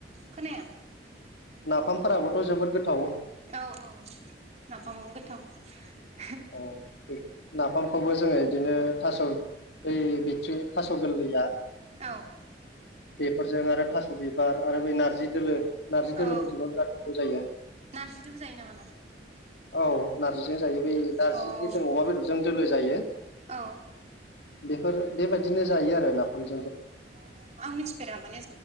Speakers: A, on the right (about 40°); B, on the left (about 75°).
A: खोनाया
B: नाफामफोराबोथ' जोबोद गोथाव।
A: औ औ नाफाम आबो गोथाव।
B: अ बे‌ ना। फामखौबो जोङो इदिनो थास' बै बिथ्रि थास' गोरलैया
A: औ।
B: बेफोरजों आरो थास' बिबार आरो बै नारजि दोलो। नारजि दोलोफोरजोंबा
A: औ
B: बिराद गोथाव जायो
A: नारजिदोबो जायो नामा नाफाम
B: औ। नारजिजों जायो बै नारजिजों
A: अ
B: जों अमा बेदरजों दोलो जायो।
A: औ।
B: बेफोर बेबायदिनो जायो आरो नाफामजों।
A: अ आं मिथिफेरा माने